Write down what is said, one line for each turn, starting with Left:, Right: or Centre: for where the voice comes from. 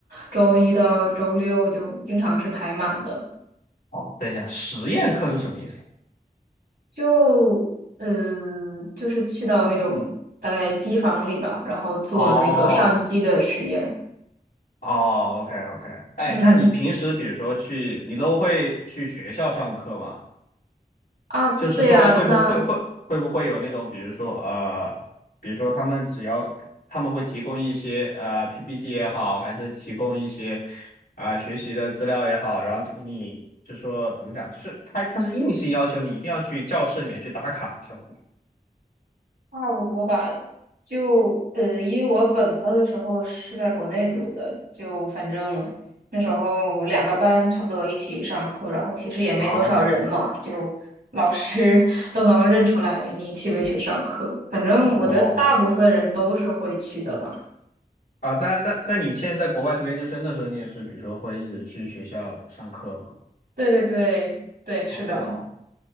Right: 周一到周六就经常是排满的。
Left: 哦，等一下，实验课是什么意思？
Right: 就呃，就是去到那种大概机房里吧，然后做那个上机的实验。
Left: 哦哦，OK OK，哎，
Right: 嗯
Left: 那你平时比如说去，你都会去学校上课吗？
Right: 啊，
Left: 就是说会不会会会不会有那种，
Right: 对呀，那
Left: 比如说呃，比如说他们只要他们会提供一些呃 PPT 也好，还是提供一些啊、学习的资料也好，然后你就说怎么讲，就是他他是硬性要求你一定要去教室里面去打卡，是吗？
Right: 差不多吧。就呃，因为我本科的时候是在国内读的，就反正那时候两个班差不多一起上课，然后其实也没多少人嘛，
Left: 啊，
Right: 就老师 <laughs> 都能认出来你去没去上课。反正我觉得大部分人都是会去的吧。
Left: 哦，啊，那那那你现在在国外读研究生的时候，你也是比如说会一直去学校上课吗？
Right: 对对对对，
Left: 哦，
Right: 是的。